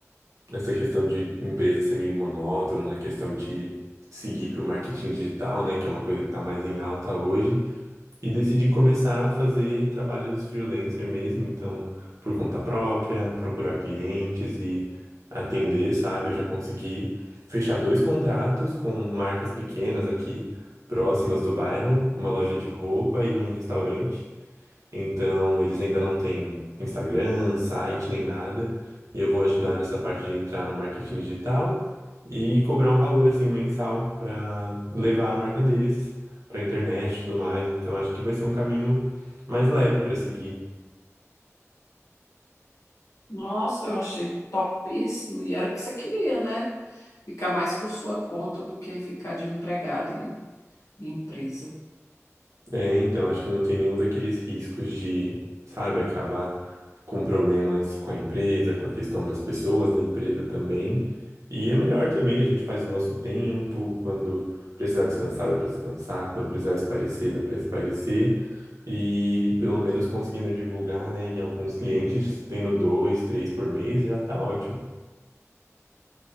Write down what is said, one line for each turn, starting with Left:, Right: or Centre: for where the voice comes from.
Right: essa questão de empresa ser meio monótona, na questão de seguir para o marketing digital, né? Que é uma coisa que está mais em alta hoje. E decidi começar a fazer trabalhos freelancer mesmo, então, por conta própria, procurar clientes e atender, sabe? Eu já consegui fechar dois contratos com marcas pequenas aqui, próximas do bairro, uma loja de roupa e um restaurante. Então, eles ainda não têm Instagram, site, nem nada. E eu vou ajudar nessa parte de entrar no marketing digital e cobrar um valor assim mensal para levar a marca deles para internet e tudo mais. Então, acho que vai ser um caminho mais leve para seguir.
Left: Nossa, eu achei topíssimo. E era o que você queria, né? Ficar mais por sua conta do que ficar de empregado em, em empresa.
Right: É, então, acho que não tem nenhum daqueles riscos de, sabe, acabar com problemas com a empresa, com a questão das pessoas da empresa também. E é melhor também, a gente faz o nosso tempo, quando precisar descansar, dá pra descansar, quando precisar espairecer, dá pra espairecer. E pelo menos conseguindo divulgar, né, em alguns clientes, tendo dois, três por mês, já tá ótimo.